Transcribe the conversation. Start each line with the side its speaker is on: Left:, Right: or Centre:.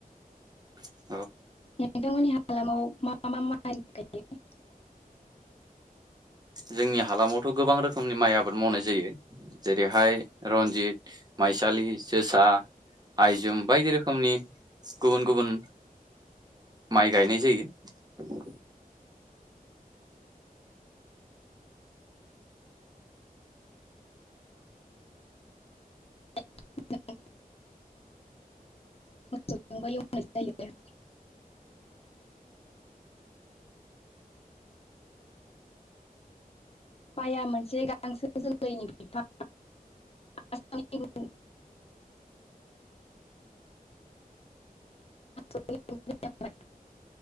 Right: <inaudible>
Left: नोंथांमोननि हालामाव मा मा मा <unintelligible>
Right: जोंनि हालामावथ' गोबां रोखोमनि माइ आबाद मावनाय जायो जेरैहाय रन्जित माइसालि जोसा आइजुम बायदि रोखोमनि गुबुन गुबुन माइ गायनाय जायो।
Left: <unintelligible> मोसौजोंबो एवनाय जायो। माया मोनसे गांसो जोलैनि बिफां आसामनि गुबुन <unintelligible>